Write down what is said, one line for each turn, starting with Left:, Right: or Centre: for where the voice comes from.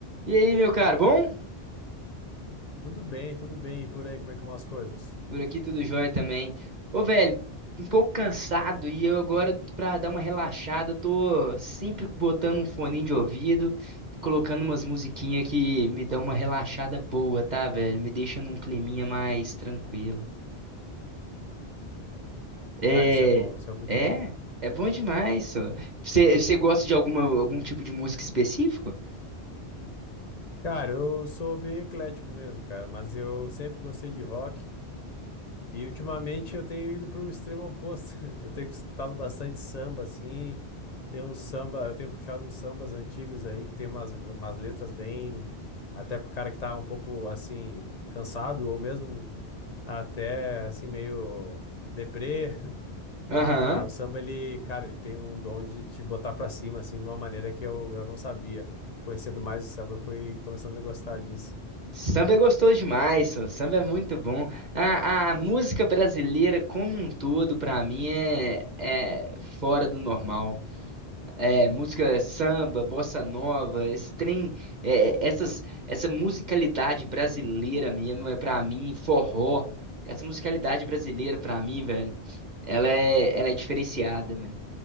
Right: E aí, meu caro, bom?
Left: Tudo bem, tudo bem. E por aí, como é que vão as coisas?
Right: Por aqui tudo jóia também. Ô, velho, um pouco cansado e eu agora, pra dar uma relaxada, tô sempre botando um foninho de ouvido e colocando umas musiquinhas que me dão uma relaxada boa, tá, velho? Me deixa num climinha mais tranquilo. É,
Left: Cara, isso é bom, isso é muito
Right: é,
Left: bom.
Right: é bom demais, só. Você gosta de alguma, algum tipo de música específico?
Left: Cara, eu sou meio eclético mesmo, cara, mas eu sempre gostei de rock. E ultimamente eu tenho ido pro extremo oposto. <laughs> Eu tenho escutado bastante samba, assim. Tem um samba, eu tenho puxado uns sambas antigos aí, que tem umas, umas letras bem. Até pro cara que tá um pouco, assim, cansado, ou mesmo até, assim, meio deprê.
Right: Aham.
Left: Ah, o samba, ele, cara, ele tem um dom de te botar pra cima, assim, de uma maneira que eu, eu não sabia. Conhecendo mais o samba, eu fui começando a gostar disso.
Right: Samba é gostoso demais, só. samba é muito bom. A, a música brasileira como um todo, pra mim, é, é fora do normal. É, música samba, bossa nova, esse trem, é, é, essas, essa musicalidade brasileira mesmo, é pra mim, forró, essa musicalidade brasileira pra mim, velho, ela é, ela é diferenciada,